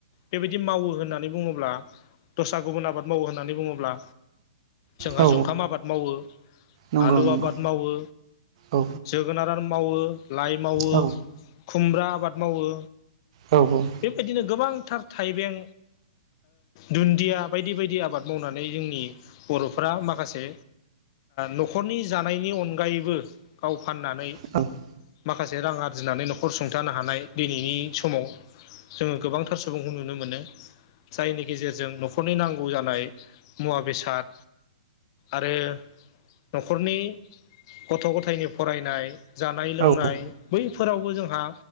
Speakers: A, on the left; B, on the right.
A: बेबायदि मावो होननानै बुङोब्ला दस्रा गुबुन आबाद मावो होननानै बुङोब्ला जोंहा
B: औ
A: जंखाम आबाद मावो,
B: नंगौ
A: आलु
B: नंगौ
A: आबाद मावो,
B: औ
A: जोगोनार आर मावो, लाइ मावो,
B: औ
A: खुमब्रा आबाद मावो,
B: औ औ।
A: बेबायदिनो गोबांथार थाइबें दुन्दिया बायदि बायदि आबाद मावनानै जोंनि बर'फोरा माखासे न'खरनि जानायनि अनगायैबो गाव फाननानै
B: नंगौ
A: माखासे रां आरजिनानै न'खर सुंथानो हानाय दिनैनि समाव जोङो गोबांथार सुबुंखौ नुनो मोनो जायनि गेजेरजों न'खरनि नांगौ जानाय मुवा बेसाद आरो न'खरनि गथ' गथायनि फरायनाय जानाय
B: औ
A: लोंनाय
B: औ
A: बैफोरावबो जोंहा